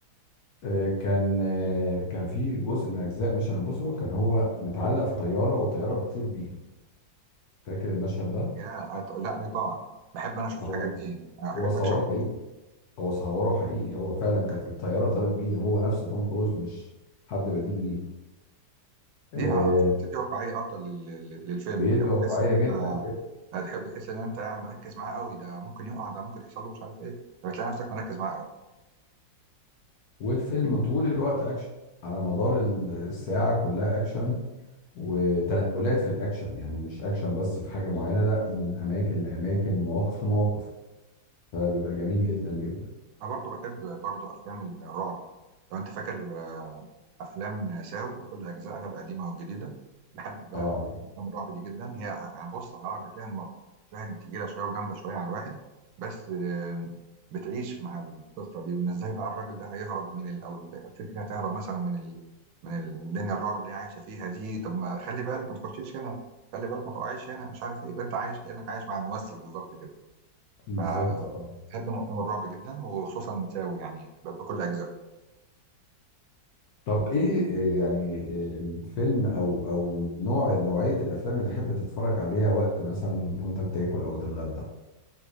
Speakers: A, on the left; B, on the right.
A: آه، كان آه، كان في جزء من اجزاء ميشن امبوسيبل كان هو متعلق في طيارة والطيارة بتطير بيه فاكر المشهد ده
B: يا أت- لا إيه طبعا بحب انا اشوف
A: هو
B: الحاجات دي آه،
A: هو
B: حاجات
A: صوره
B: اكشن
A: حقيقي
B: كلها
A: هو صوره حقيقي هو فعلا كانت الطياره طارت بيه هو نفسه توم كروز مش حد بديل ليه آه
B: دي بتدي واقعيه اكتر لل- لل- للفيلم
A: بيد
B: وتحس
A: واقعيه
B: ان انت
A: جدا جدا
B: هتحب تحس ان انت يعني مركز معاه قوي ده ممكن يقع ده ممكن يحصل له مش عارف ايه فبتلاقي نفسك مركز معاه قوي
A: والفيلم طول الوقت اكشن على مدار ال- الساعه كلها اكشن وتنقلات في الاكشن يعني مش اكشن بس في حاجه معينه لا من اماكن لاماكن مواقف لمواقف فبيبقى جميل جدا جدا
B: انا برضو بحب برضو افلام الرعب لو انت فاكر آه، افلام ساو بكل اجزائها القديمه والجديده بحب آه،
A: اه
B: افلام الرعب دي جدا هي آه، يعني بص عقد فيها الم- مشاهد تقيله شويه وجامده شويه على الواحد بس آه، بتعيش مع القصه دي وان ازاي بقى الراجل ده هيهرب من ال... او الب- الست دي هتهرب مثلا من ال... من الدنيا الرعب اللي هي عايشه فيها دي طب ما خلي بالك ما تخشيش هنا خلي بالك ما تقعيش هنا مش عارف ايه يبقى انت عايش كانك عايش مع الممثل بالظبط كده
A: بالظبط
B: فبحب
A: اه
B: انا افلام الرعب جدا وخصوصا ساوي يعني ب- بكل اجزائه
A: طب ايه إيه يعني إيه الفيلم او او نوع نوعية الافلام اللي تحب تتفرج عليها وقت مثلا وانت بتاكل او بتتغدى